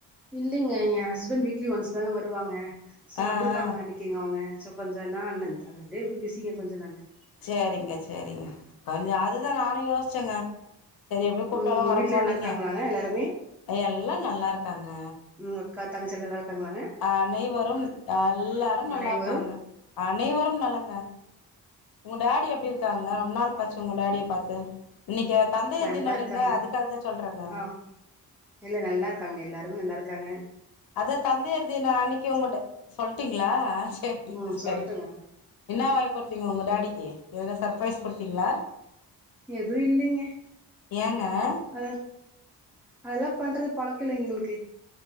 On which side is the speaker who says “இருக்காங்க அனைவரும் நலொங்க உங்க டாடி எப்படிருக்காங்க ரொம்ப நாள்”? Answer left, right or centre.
Left